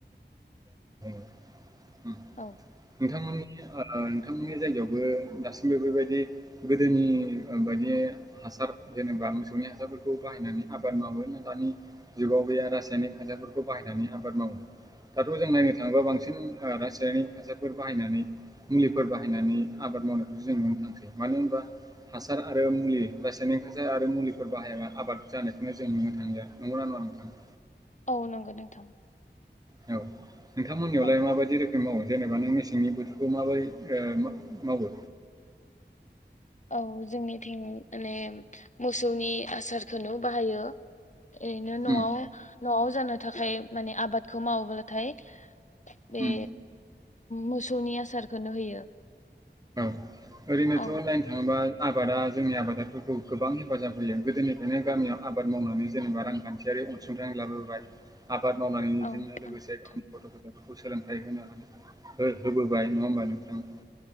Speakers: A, on the right; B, on the left.
A: <unintelligible> <unintelligible>
B: औ
A: नोंथांनि नोंथांमोननि जायगायावबो दासिमबो बेबायदि गोदोनि बायदि बे हासार जेनेबा मोसौनि हासारफोरखौ बाहायनानै आबाद मावो दानि जुगाव बे रासायनिक <unintelligible> हासारफोरखौ बाहायनानै आबाद मावो दाथ' जों नायनो थाङोबा ओ बांसिन रासायारि खासार फोर बाहायनानै मुलिफोर बाहायनानै आबाद मावनायखौ जों नुनो थांसै मानो होनबा हासार आरो मुलि रासायनिक हासार आरो मुलिफोर बाहायबा आबाद जानायखौनो जों नुनो थांलिया नंगौना नङा नोंथां।
B: औ नंगौ नोंथां।
A: औ नोंथांमोननियावलाय
B: औ
A: माबायदि रोखोम मावो? जेनेबा नों मेसेंनि बोथोरखौ माबोरै ओ मा-मावो?
B: औ जोंनिथिं माने मोसौनि आसारखौनो बाहायो। ओरैनो न'आव
A: उम
B: न'आव जानो थाखाय माने आबादखौ मावोब्लाथाय। बे
A: उम
B: मोसौनि आसारखौनो होयो।
A: औ ओरैनोथ'
B: औ
A: नायनो थाङोबा। आबादा जोंनि आबादारिफोरखौ गोबां हेफाजाब होयो। गोदोनिफ्रायनो गामियाव आबाद मावनानै जेनेबा रांखान्थिया। बे अनसुंथाइ लाबोबाय आबाद मावनानैजोंनो
B: औ नोंथां
A: लोगोसे गावनि गथ' गथायफोरखौ खौ सोलोंथाइ होनो हानो थाखाय ओ होबोबाय नङा होमबा नोंथां?